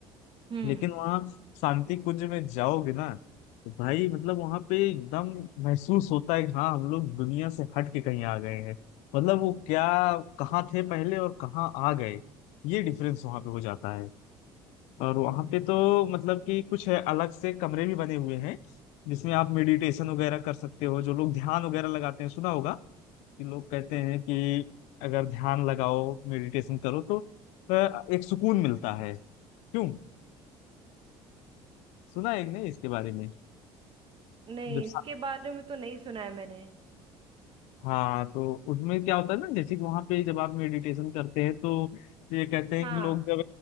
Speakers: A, on the right; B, on the left.
A: हम्म
B: लेकिन वहाँ शांति कुंज में जाओगे ना तो भाई मतलब वहाँ पे एकदम महसूस होता है कि हाँ हम लोग दुनिया से हट के कहीं आ गए हैं मतलब वो क्या कहाँ थे पहले और कहाँ आ गए ये डिफरेंस वहाँ पे हो जाता है और वहां पे तो मतलब कि कुछ है अलग से कमरे भी बने हुए हैं जिसमें आप मेडिटेशन वगैरह कर सकते हो जो लोग ध्यान वगैरह लगाते हैं सुना होगा कि लोग कहते हैं कि अगर ध्यान लगाओ मेडिटेशन करो तो अ, एक सुकून मिलता है क्यों सुना है कि नहीं इसके बारे में
A: नहीं
B: जब
A: इसके
B: सा-
A: बारे में तो नहीं सुना है मैंने
B: हाँ तो उसमें क्या होता है ना जैसे कि वहां पे जब आप मेडिटेशन करते हैं तो ये कहते हैं
A: हाँ
B: कि लोग जब